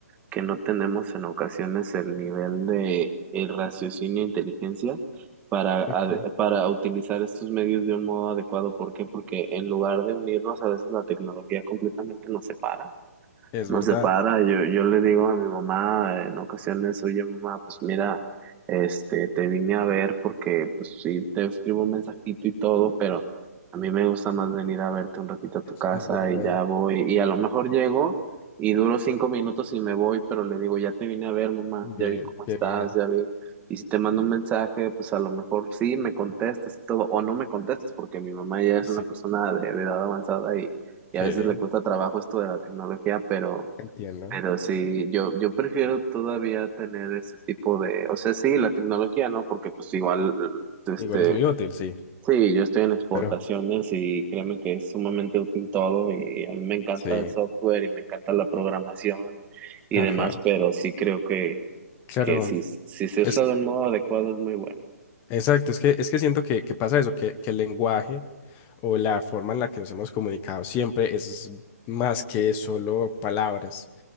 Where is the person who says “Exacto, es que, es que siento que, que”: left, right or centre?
Left